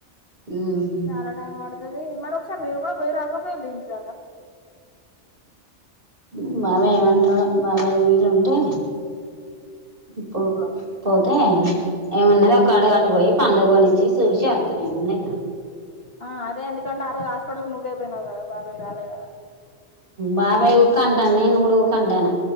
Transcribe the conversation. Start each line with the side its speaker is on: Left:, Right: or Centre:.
Right: ఉమ్
Left: చాలా టైం పడు అది మరొ ఒకసారి మీరు కూడా పోయి రాకపోయిండ్రు ఇంటి దకా
Right: ఉ బాబాయ్ ఏమంటాడో బాబాయ్ వీ లుంటె <unintelligible> పోతే ఏమన్నాది ఒక అడుగటు పోయి పండ్లు కొని సుషాన్ <unintelligible>
Left: ఆ అదేందుకంటే ఆ రోజు హాస్పిటల్కి నువ్వే పోయినావు కదా బాబాయ్ రాలే కదా
Right: బాబాయ్ ఊక అంటాను నేను కూడా ఊక అంటాను